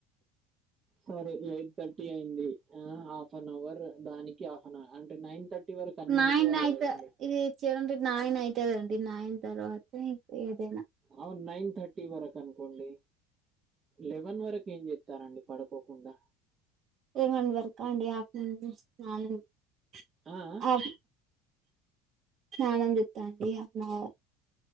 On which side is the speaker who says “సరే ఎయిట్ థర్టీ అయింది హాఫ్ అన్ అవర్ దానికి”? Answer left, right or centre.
Right